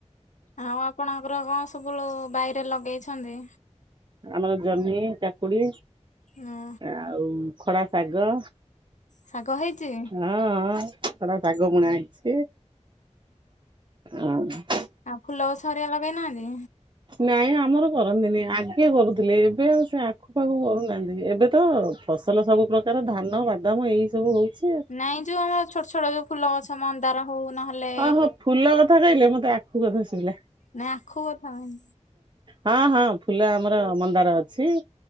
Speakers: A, on the left; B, on the right.
A: ଆଉ ଆପଣଙ୍କର କଣ ସବୁ ବାଇରେ ଲଗେଇଛନ୍ତି?
B: ଆମର ଜହ୍ନି କାକୁଡି
A: ହଁ
B: ଆଉ ଖଡା ଶାଗ
A: ଶାଗ ହେଇଛି
B: ହଁ ହଁ ଖଡା ଶାଗ ବୁଣା ହେଇଛି। ଆଁ
A: ଆ ଫୁଲ ଗଛ ହରିକା ଲଗେଇ ନାହାନ୍ତି?
B: ନାଇଁ ଆମର କରନ୍ତିନି ଆଗେ କରୁଥିଲେ ଏବେ ଆଉ ସେ ଆଖୁ ପାଖୁ କରୁ ନାହାନ୍ତି। ଏବେ ତ ଫସଲ ସବୁ ପ୍ରକାର ଧାନ ବାଦାମ ଏଇ ସବୁ ହଉ ଛି
A: ନାଇଁ ଯୋଉ ଆମର ଛୋଟ ଛୋଟ ଯୋଉ ଫୁଲ ଗଛ ମନ୍ଦାର ହଉ ନହେଲେ
B: ଓ ହୋ ଫୁଲ କଥା କହିଲେ ମତେ ଆଖ ଖୁ କଥା ଶୁଭିଲା।
A: ନା ଆଖୁ କଥା <unintelligible>
B: ହଁ ହଁ ଫୁଲ ଆମର ମନ୍ଦାର ଅଛି